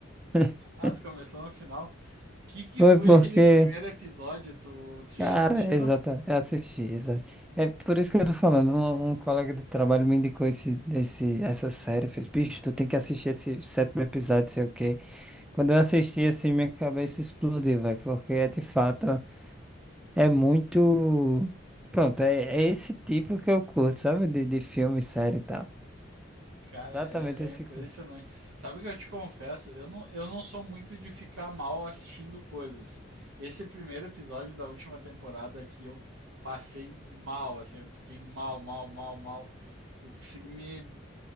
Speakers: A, in the centre; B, on the right.
A: <laughs>
B: Hum, Ah, tu começou no final. Que que
A: Foi
B: foi
A: porque
B: aquele primeiro episódio? Tu, tu
A: Cara,
B: já assistiu?
A: exata, eu assisti, exato. É por isso que eu tô falando, um, um colega do trabalho me indicou esse, esse, essa série, fez, bicho, tu tem que assistir esse sétimo episódio, sei o quê. Quando eu assisti, assim, minha cabeça explodiu, vai, porque é de fato, é muito, pronto, é, é esse tipo que eu curto, sabe, de, de filme, série e tal.
B: Cara,
A: Exatamente
B: é, é
A: esse
B: impressionante.
A: curto.
B: Sabe o que eu te confesso? Eu não, eu não sou muito de ficar mal assistindo coisas. Esse primeiro episódio da última temporada aqui eu passei mal, assim, eu fiquei mal, mal, mal, mal. Eu consegui me.